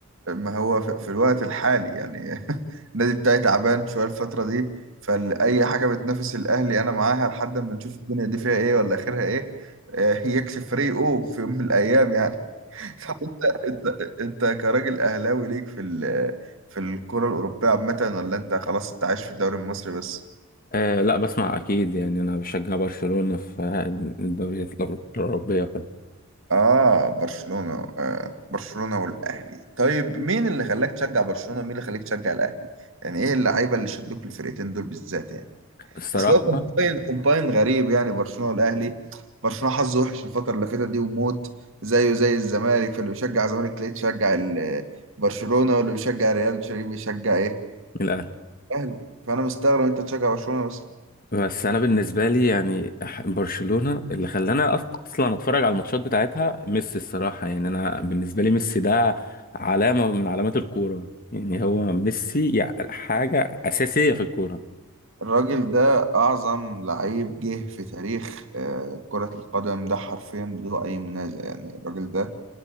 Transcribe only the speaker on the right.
ما هو في في الوقت الحالي يعني <laughs> النادي بتاعي تعبان شوية الفترة دي فأي حاجة بتنافس الأهلي أنا معاها لحد ما نشوف الدنيا دي فيها إيه ولا آخرها إيه آه، يكسب فريقه في يوم من الأيام يعني <laughs> فأنت أنت أنت كراجل أهلاوي ليك في ال- في الكرة الأوروبية عامة ولا أنت خلاص أنت عايش في الدوري المصري بس؟
آه برشلونة آه برشلونة والأهلي طيب مين اللي خلاك تشجع برشلونة ومين اللي خلاك تشجع الأهلي؟ يعني إيه اللعيبة اللي شدوك الفرقتين دول بالذات يعني؟
اصل هو كومباين كومباين غريب يعني برشلونه والاهلي برشلونه حظه وحش الفتره اللي فاتت دي وموت زيه زي الزمالك فاللي بيشجع الزمالك تلاقيه تشجع ال- برشلونه واللي بيشجع ريال تلاقيه بيشجع ايه
الاهلي فانا مستغرب انت تشجع برشلونه بس
الراجل ده اعظم لعيب جه في تاريخ آه، كرة القدم ده حرفيا بدون اي منازع يعني الراجل ده